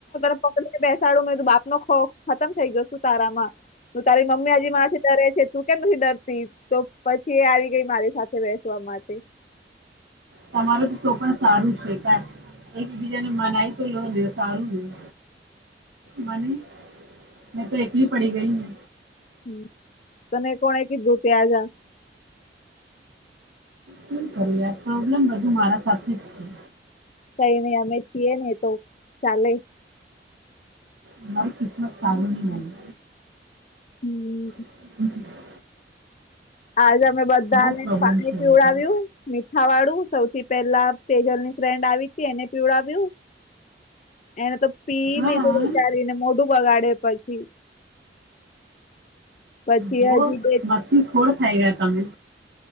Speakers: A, on the left; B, on the right.
A: <unintelligible> બેસાડું મે તો બાપનો ખોખ ખતમ થઈ ગયો શું તારામાં તું તારી મમ્મી હજી મારે ડરે છે તું કેમ નથી ડરતી તો પછી એ આવી ગઈ મારી સાથે બેસવા માટે.
B: તમારું તો તો પણ સારું છે કા એકબીજાને મનાય તો લો ને સારું નહી.
A: <inaudible>
B: હા ની મે તો એકલી પડી ગઈ ને.
A: હમમ તને કોને કીધું કે આવયા?
B: હું કર્યા પ્રોબ્લેમ બધું મારા સાથે જ છે.
A: કઈ નઈ અમે છીએ ને તો ચાલે
B: અમારી કિસ્મત સારી ની હોઈ.
A: હમમ.
B: <inaudible>
A: આજે અમે બધાને
B: બહુ પ્રોબ્લેમ
A: પાણી
B: છે અહીંથી.
A: પીવડાવ્યું મીઠા વાળું સૌથી પેલા તેજલની ફ્રેન્ડ આવી તી એને પીવડાવ્યું. એને તો પી
B: હા
A: લીધું બેચારીને મોઢું બગાડે પછી પછી
B: જુવો
A: હજી બે
B: મસ્તી ખોર થઈ ગયા તમે.